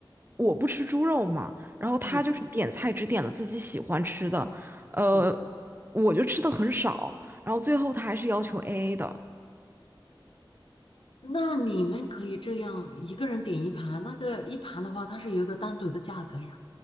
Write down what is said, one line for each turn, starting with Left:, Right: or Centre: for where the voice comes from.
Right: 我不吃猪肉嘛，然后他就是点菜只点了自己喜欢吃的，
Left: 嗯
Right: 呃，
Left: 嗯。
Right: 我就吃的很少，然后最后他还是要求 AA 的，
Left: 那你们可以这样一个人点一盘，那个一盘的话，它是有一个单独的价格呀，